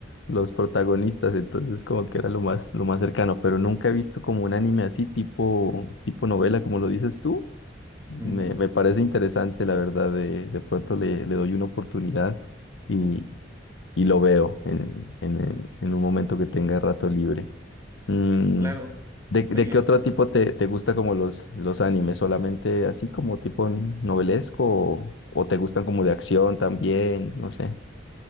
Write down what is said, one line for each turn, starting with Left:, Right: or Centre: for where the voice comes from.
Left: los protagonistas, entonces como que era lo más, lo más cercano, pero nunca he visto como un anime así, tipo, tipo novela, como lo dices tú. Me,
Right: ujú,
Left: me parece interesante, la verdad, de, de pronto le, le doy una oportunidad y, y lo veo en, en, en un momento que tenga rato libre. Mm,
Right: claro.
Left: ¿de, de
Right: Oye,
Left: qué otro
Right: eh,
Left: tipo te, te gusta como los, los animes? ¿Solamente así como tipo novelesco o, o te gustan como de acción también? No sé.